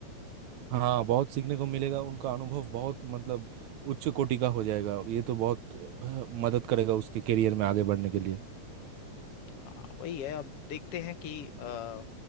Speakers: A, on the right; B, on the left.
A: हाँ बहुत सीखने को मिलेगा उनका अनुभव बहुत मतलब उच्च कोटि का हो जाएगा ये तो बहुत अ, मदद करेगा उसके करियर में आगे बढ़ने के लिए
B: हाँ वही है अब देखते हैं कि आ,